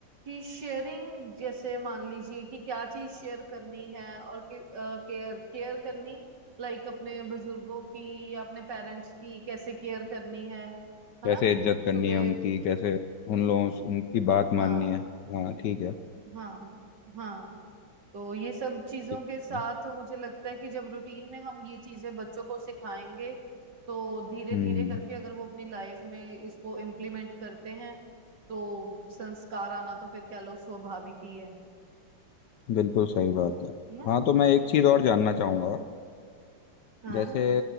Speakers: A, on the right; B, on the left.
A: कि शेयरिंग जैसे मान लीजिए कि क्या चीज शेयर करनी है और कि केयर केयर करनी लाइक अपने बुजुर्गों की या अपने पेरेंट्स की कैसे केयर करनी है है
B: कैसे
A: ना
B: इज्जत करनी
A: सुबह
B: है उनकी कैसे उन लोगों से उनकी बात
A: हाँ
B: माननी है हाँ ठीक है
A: हाँ हाँ तो ये सब चीजों
B: ठीक
A: के साथ
B: है।
A: मुझे लगता है कि जब रूटीन में हम ये चीजें बच्चों को सिखाएंगे तो धीरे
B: हम्म
A: धीरे करके अगर वो अपनी लाइफ में इसको इम्प्लीमेंट करते हैं तो संस्कार आना तो फिर कह लो स्वाभाविक ही है
B: बिल्कुल सही बात है
A: है ना
B: हाँ तो मैं एक चीज और जानना चाहूंगा
A: हाँ हाँ
B: जैसे